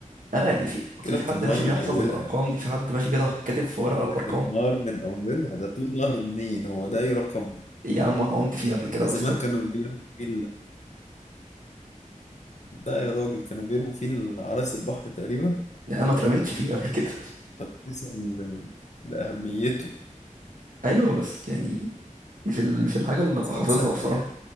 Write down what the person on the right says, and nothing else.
انا يعني في
اصل في
حد ماشي
بيحفظ
الارقام دي في حد ماشي كده كاتب في ورقة الارقام
إيه يا عم انا قمت فيه قبل كده
وسته
يعني انا ما اترميتش فيه قبل كده
<laughs> ايوه بس يعني مش ال... مش الحاجة اللي ابقى
حافظها
بصراحة